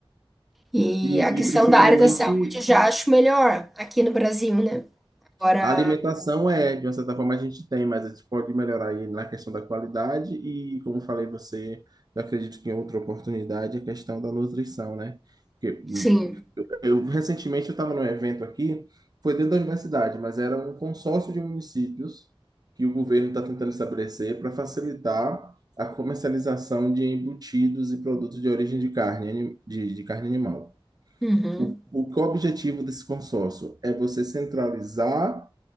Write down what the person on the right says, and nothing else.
E,
e principalmente
a alimentação é, de uma certa forma, a gente tem, mas a gente pode melhorar aí na questão da qualidade e, como falei você, eu acredito que em outra oportunidade, a questão da nutrição, né? Porque
eu recentemente eu estava num evento aqui, foi dentro da universidade, mas era um consórcio de municípios que o governo está tentando estabelecer para facilitar a comercialização de embutidos e produtos de origem de carne, anim- de de carne animal.
O, o que é o objetivo desse consórcio? É você centralizar